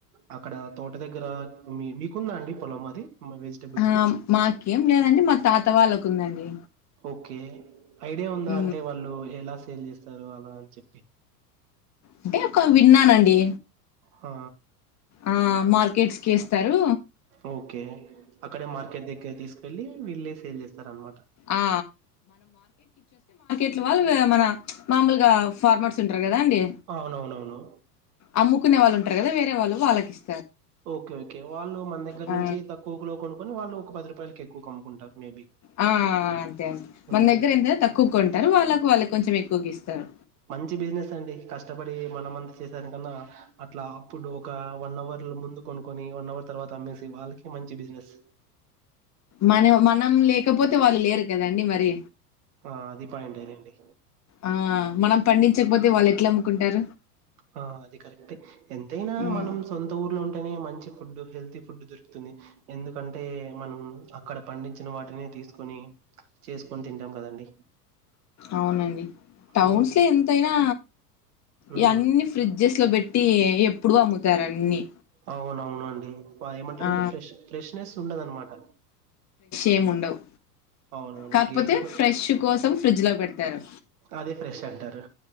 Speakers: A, on the right (about 65°); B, on the left (about 35°).
A: అక్కడ తోట దగ్గర మీ మీకుందా అండి పొలం అది వెజిటబుల్స్‌ది?
B: ఆ మాకేం లేదండి మా తాత వాళ్ళకు ఉందండి
A: ఓకే ఐడియా ఉందా
B: ఉమ్
A: అంటే వాళ్ళు ఎలా సేల్ చేస్తారు అలా అని చెప్పి
B: అంటే ఒక విన్నానండి
A: ఆ
B: ఆ మార్కెట్స్ కి ఎస్తారు
A: ఓకే అక్కడే మార్కెట్ దగ్గర తీసుకెళ్ళ వీళ్ళే సేల్ చేస్తారనమా
B: ఆ ట్ల వాళ్ళు మన మామల్ గా ఫార్మట్స్ ఉంట కదా అండి
A: అవునవునవును.
B: అమ్ముకునే వాళ్ళు ఉంటారు కదా వేరే వాళ్ళు వాళ్ళకి ఇస్
A: ఓకే ఓకే వాళ్ళు మన దగ్గర
B: ఆ
A: నుంచి తక్కువకులో కొనుకోని వాళ్ళు ఒక పది రూపాయలకి ఎక్వకమ్ముకుంటారు మేబీ
B: ఆ అంతే అంతే మన
A: ఓకేకే.
B: దగ్గర ఎంత తక్కువ కొంటారు వాళ్ళకు వాళ్ళకి కొంచెం ఎక్కువగా ఇస్తారు
A: మంచి బిజినెస్ అండి కష్టపడి మనమంతా చేసాని కన్నా అట్లా అప్పుడు ఒక వన్ అవర్ ముందు కొనుకొని వన్ అవర్ తర్వాత అమ్మేసి వాళ్ళకి మంచి బిజినెస్
B: మన మనం లేకపోతే వాళ్ళు లేరు కదండి మరి
A: ఆ అది పయంటేలేండి
B: ఆ మనం పండించకపోతే వాళ్ు ఎట్లా అమ్ముకుంటారు
A: ఆ అది కరెక్ట్ ఎ ఎంతైనా
B: ఉమ్
A: మనం సొంత ఊర్లో ఉంటేనే మంచి ఫుడ్ హెల్తీ ఫుడ్ దొరుకుతుంది ఎందుకంటే మనం అక్కడ పండించిన వాటిని తీసుకొని చేసుకొని తింటాం కదండి
B: అవునండి టౌన్స్లఎంతయినా
A: ఉమ్ ఉమ్
B: ఇయన్ని ఫ్రిడ్జెస్ లో పెట్టి ఎప్పుడు అమ్ముతారు అన్ని
A: అవున అవునుండి ఏమంటారు
B: ఆ
A: ఫ్రెష్ ఫ్రెష్నెస్ ఉండదనమాట
B: ఏం ఉండవు
A: అవునవును
B: కాకపోతే
A: ఇంకేదో ఒక
B: ఫ్రెష్ కోసం ఫ్రిడ్జ్ లో పెడతారు
A: అదే ఫ్రెష్ అంటారు